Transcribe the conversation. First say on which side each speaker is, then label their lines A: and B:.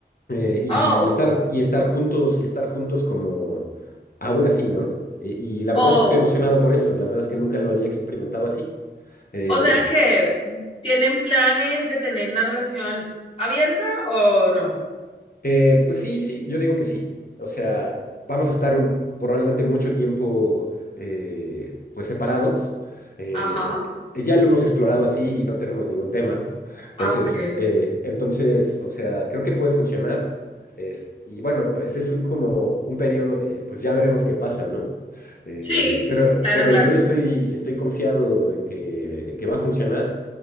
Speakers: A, on the left; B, on the left.
A: eh, y
B: Oh,
A: estar, y estar juntos, y estar juntos como aún así, ¿no? Eh, Y, la verdad
B: oh.
A: es que estoy emocionado por eso, la verdad es que nunca lo había experimentado así. Eh,
B: O sea que tienen planes de tener una relación abierta o no.
A: Eh, pues sí, sí, yo digo que sí. O sea, vamos a estar un- probablemente mucho tiempo eh, pues separados. Eh,
B: Ajá.
A: eh, ya lo hemos explorado así y no tenemos ningún tema. Entonces,
B: Ah, ok.
A: eh, entonces, o sea, creo que puede funcionar. Es- y bueno, pues es un, como un periodo de, pues ya veremos qué pasa, ¿no? Eh,
B: Sí,
A: pero,
B: claro,
A: pero
B: claro.
A: yo estoy, estoy confiado en que, en que va a funcionar.